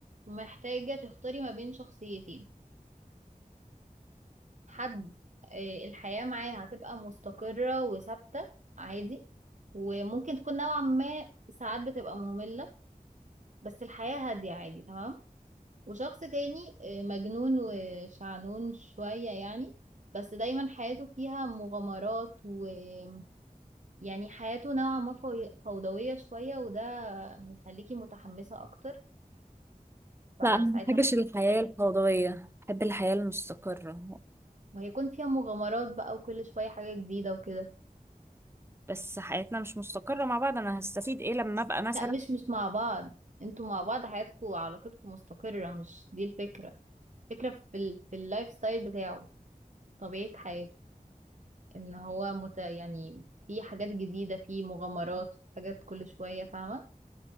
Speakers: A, on the right (about 55°); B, on the right (about 15°).
A: محتاجة تختاري ما بين شخصيتين حد آه، الحياة معاه هتبقى مستقرة وثابتة عادي وممكن تكون نوعا ما ساعات بتبقى مملة بس الحياة هادية عادي تمام وشخص تاني آه، مجنون وشعنون شوية يعني بس دايما حياته فيها مغامرات ويعني حياته نوعا ما فو- فوضوية شوية وده هيخليكي متحمسة أكتر فساعتها
B: لا انا ما بحبش الحياه
A: هتختاري
B: الفوضويه بحب الحياه المستقره
A: وهيكون فيها مغامرات بقى وكل شوية حاجة جديدة وكده
B: بس حياتنا مش مستقره مع بعض انا هستفيد ايه لما ابقى مثلا
A: لا مش مش مع بعض انتوا مع بعض حياتكوا علاقتكوا مستقرة مش دي الفكرة الفكرة في ال... في اللايف ستايل بتاعه طبيعة حياته ان هو مت... يعني في حاجات جديدة في مغامرات في حاجات كل شوية فاهمة